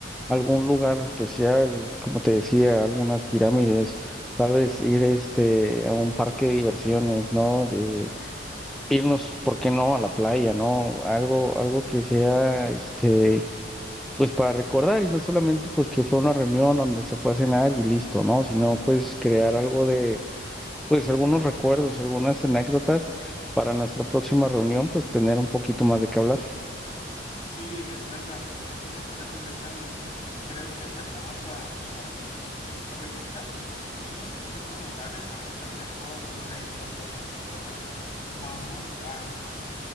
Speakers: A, in the centre; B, on the left (about 35°).
A: algún lugar especial, como te decía, algunas pirámides, tal vez ir este a un parque de diversiones, ¿no? De, irnos, ¿por qué no?, a la playa, ¿no? Algo, algo que sea, este pues para recordar y no solamente pues que fue una reunión donde se fue a cenar y listo, ¿no? Sino pues crear algo de, pues algunos recuerdos, algunas anécdotas para nuestra próxima reunión, pues tener un poquito más de qué hablar.
B: Sí, es verdad, y en eso te apoyo completamente. Creo que, bueno, vamos a, igual, en la encuesta, en este formulario que vamos a enviar por email a todos nuestros compañeros, vamos a